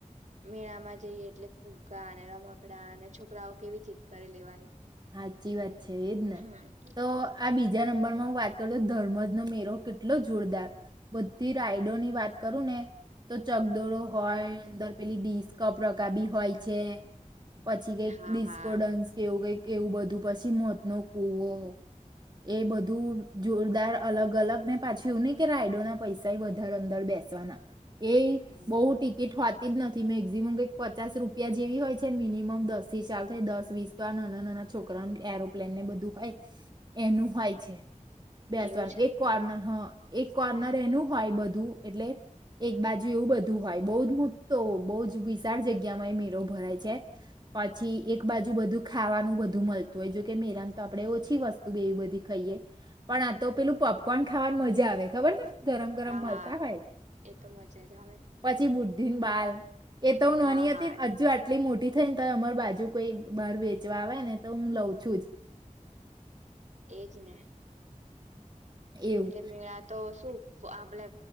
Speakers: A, on the right; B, on the right.
A: મેળા માં જઈએ એટલે ફુગ્ગા અને રમકડા અને છોકરાઓ કેવી જીદ કરી લેવાની.
B: હાચી વાત છે એજ ને
A: હમ્મ.
B: તો આ બીજા નંબરમાં હું વાત કરું છ ધર્મજ ન મે કેટલો જોરદાર બુદ્ધિ રાયડો ની વાત કરું ને તો ચકદોડો હોય અંદર પેલી ડીસ્કપ રગાવી હોય છે પછી કઈક
A: હા
B: લિસ્કો
A: હા
B: ડન્સ કેવું કઈક કેવું બધું પછી મોત નો કૂવો એ બધું દૂર જોરદાર અલગ અલગને પાછી એ નને કે રાયડો ના પૈસા વધારે અંદર બેસવાના એ
A: હમ
B: બહુ ટિકિટ હો જ નથી મેક્ઝિમ કઈક પચ રૂપિયા જેવી હોય છે મિનિમમ દસ થી ચાલ થાય દસ વીસ તો આ નાના નથી છોકરા એરોપ્લેન ને બધું હોય એનું હોય છે બેસવા
A: એવું છે
B: એક કોર્નર હ એક કોર્નર એનું હોય બધું એટલે એક બાજુ એવું બધું હોય બહુ જ મોટો બહ જ વિશાળ જગ્યામાં એ મેરો ભરાય છે પછી એક બાજુ બધું ખાવાનું બધું બું મળતું હોય જોકે મેરામ તો આપણે ઓછી વસ્તુ બેવી બધી ખાઈએ પણ આ તો પેલું પોપકોન ખાવાની મજા આવે ખબર ગરમ ગરમ
A: હા
B: મળતા
A: હા
B: હોાય
A: એ તો મજા જ આવે
B: હ પછી બુધ બાર એ તો હ નાની
A: હા હા
B: હતી હજુ આટલી મોટી થઈ ને તો અમાર બાજુ કોઈ બહાર વેચવા આવે ને તો હું લઉં છું જ
A: એજ ને
B: એવું
A: એટલે મેળા તો શું આપણે